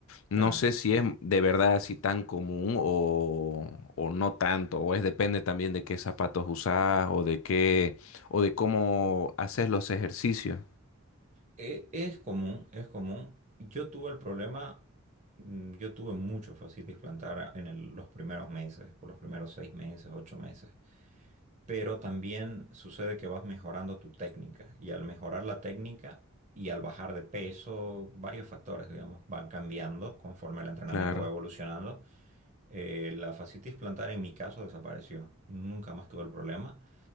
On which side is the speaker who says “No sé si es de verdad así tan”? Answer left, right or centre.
Left